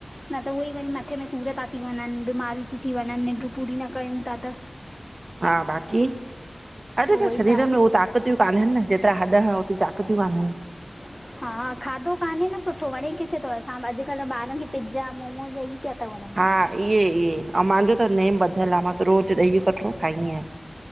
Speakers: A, on the left (about 15°); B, on the right (about 50°).
A: न त उहेई वरी मथे में सूर ता थी वञनि, बीमारियूं ती थी वञनि, निंड्रू पूरी न कयूं था त। हा।
B: हा बाक़ी, अॼुकल्ह
A: ई
B: शरीर
A: त आहे
B: में
A: न
B: उहा ताक़त ताकितूं कान्हनि न, हेतिरा हॾ हणो ओतिरीयूं ताकतूं कान्हनि।
A: <inaudible> हा खाधो कान्हे न सुठो, वणे किथे थो असां बि अॼुकल्ह ॿारुनि खे पिज़्ज़ा मोमोस हे ही पिया था वणनि।
B: हा इहे-इहे, आऊं मुंहिंजो त नेम ॿधियलु आहे मां त रोज़ु ॾही जो कटोड़ो खाईंदी आयां।